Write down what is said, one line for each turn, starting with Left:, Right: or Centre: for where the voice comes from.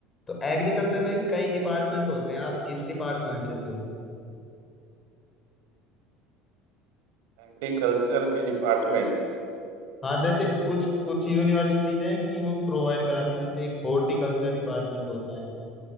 Left: तो एग्रीकल्चर में भी कई डिपार्टमेंट होते हैं आप किस डिपार्टमेंट से थे
Right: है एग्रीकल्चर के डिपार्टमेंट
Left: हाँ जैसे कुछ कुछ यूनिवर्सिटीज हैं कि वो प्रोवाइड कराती है जैसे एक हॉर्टिकल्चर डिपार्टमेंट होता है